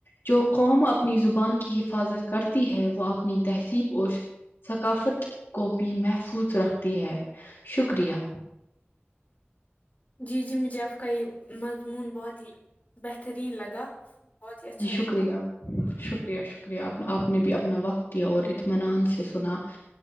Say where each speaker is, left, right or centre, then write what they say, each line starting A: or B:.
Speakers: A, on the left; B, on the left.
A: جو قوم اپنی زبان کی حفاظت کرتی ہے وہ اپنی تہذیب اور ثقافت کو بھی محفوظ رکھتی ہے شکریہ
B: جی جی مجھےآپ کا یہ مضمون بہت ہی بہترین لگا بہت ہی اچھا
A: جی شکریہ
B: لگا
A: شکریہ شکریہ آپ آپ نے بھی اپنا وقت دیا اور اطمینان سے سنا